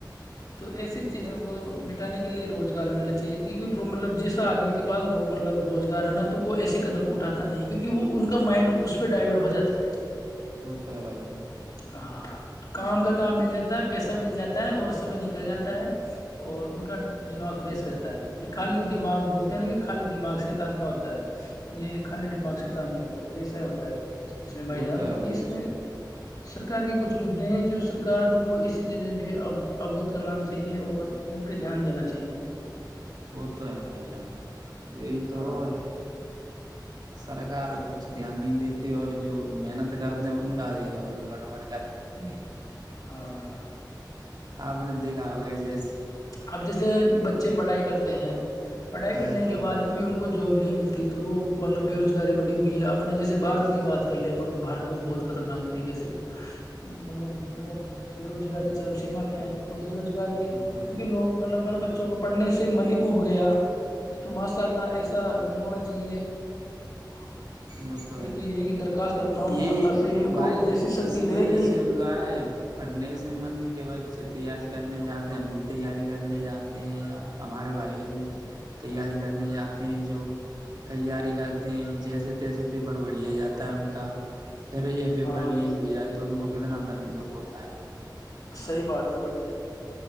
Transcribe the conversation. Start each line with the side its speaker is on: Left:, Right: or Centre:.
Left: تو ایسی
Right: وہ
Left: چیزوں
Right: تو ہے
Left: کو م ٹ کے لیے روزگار ملنا چاہیے کی مطلب جس آدمی کے پاس مطلب روزگار ہے نا تو وہ ایسے قدم اٹھاتا نہیں کی وہ ان کا مائنڈ اس پہ ڈائیورٹ ہو جا ہے
Right: وہ تو ہے بھائی ج ہم
Left: ہ کام کا کام مل جاتا ہے پیسہ مل جاتا ہے اور سمے نکل جاتا ہے اور ان کا دماغ فریش رہتا ہے یہ خالی
Right: وہ تو
Left: دماغ
Right: ہے
Left: بولتے ہیں نا کہ خالی دماغ سے تان کاا ہوتا ہے یہ خالی دماغ سے تانق ہی ہوتا ہے ایسا ہی ہوتا ہے اس میں بھائی
Right: وہ
Left: جان
Right: ہے
Left: تو
Right: بھائی
Left: یہ اس
Right: جان
Left: میں سرکار کی کچھ مددے ہیں جو سرار کو اس ک چیز کے اوگت کرنا چاہیے اور ان پہ دھیان دینا چاہیے
Right: وہ تو ہے بھائی جان یہی تو
Left: ہاں
Right: ہے سرکار کچھ دھیان نہیں دیتی اور جو محنت کرتے ہیں ان کا بھی اور گڑبڑ کر دیتی ہے <unintelligible>
Left: ہ <unintelligible>
Right: آپ نے دیکھا ہوگیا جیسے <unintelligible>
Left: اب جیسے بچے پڑھائی کرتے <unintelligible> ہیں پڑھائی کرنے
Right: وہ تو
Left: کے بعد
Right: ہے بھائی
Left: میں
Right: جان
Left: بھی ان کو جاب نہیں ملتی <unintelligible> تھی تو وہ مطلب بےروزگاری بڑھی ہوئی ہے اپنے جیسے بھارت کی بات کر لیں اپن تو بھارت میں بہت خطرناک طریقے سے مطلب مطلب بے روزگاری چرم سیما پہ ہیں تو بے روزگاری اری
Right: وہ تو
Left: کیونکہ
Right: ہے
Left: لگ مطلب بچ <unintelligible> بچوں کو پڑھنے سے من ہی اب گیا تو ماشاء اللہ ایسا نہیں ہونا چاہیے <unintelligible>
Right: وہ تو
Left: میں
Right: ہے
Left: یہی کی درخواست کرتا ہوں
Right: یہ
Left: اللہ سے ان
Right: بھائی
Left: کو ایسی شکتی
Right: اسی وجہ
Left: دے کہ
Right: سے ہوا ہے <unintelligible> پڑھنے سے من کہ بچے <unintelligible> تیاری کرنے جاتے ہیں ہم بھی تیاری کرنے جاتے ہیں یا ہمارے بھائی بہن تیاری کرنے جاتے ہیں جو تیاری کرتے ہیں جیسے ریسیپی پر بڑھیا جاتا ہے ان کا <unintelligible> پھر یہ پیپر
Left: ہاں
Right: لیک ہو جائے تو ان کو <unintelligible> کتنا دندکھ ہوتا ہے <unintelligible>
Left: صحی بات ہے بھائی <unintelligible>